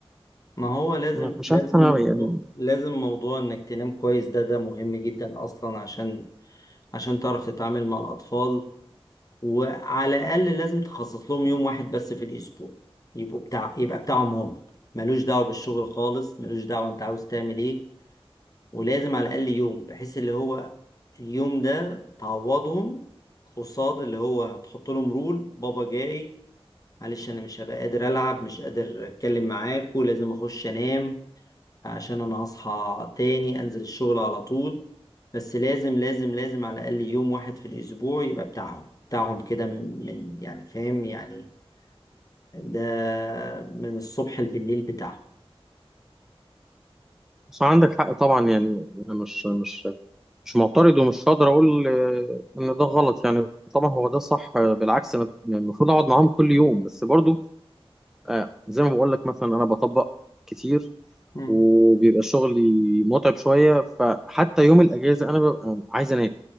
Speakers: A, on the left; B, in the centre.
A: ما هو لازم
B: فمش
A: لازم
B: عارف أنا
A: موضوع
B: يعني
A: لازم موضوع انك تنام كويس ده ده مهم جدا اصلا عشان عشان تعرف تتعامل مع الاطفال وعلى الاقل لازم تخصص لهم يوم واحد بس في الاسبوع يبقوا بتاع يبقى بتاعهم هم ملوش دعوه بالشغل خالص ملوش دعوه انت عاوز تعمل ايه ولازم على الاقل يوم بحيث اللي هو اليوم ده تعوضهم قصاد اللي هو هتحط لهم رول بابا جاي معلش انا مش هبقى قادر العب مش قادر اتكلم معاك ولازم اخش انام عشان انا هصحى تاني انزل الشغل على طول بس لازم لازم لازم على الاقل يوم واحد في الاسبوع يبقى بتاعهم بتاعهم كده من يعني فاهم يعني ده من الصبح بالليل بتاعهم
B: بس عندك حق طبعا يعني أنا مش مش مش معترض ومش هقدر أقول آه، إن ده غلط يعني طبعا هو ده صح آه، بالعكس أنا يعني المفروض أقعد معاهم كل يوم بس برضو آه، زي ما بقول لك مثلا انا بطبق كتير
A: مم.
B: وبيبقى شغلي متعب شويه فحتى يوم الاجازه انا ببقى عايز انام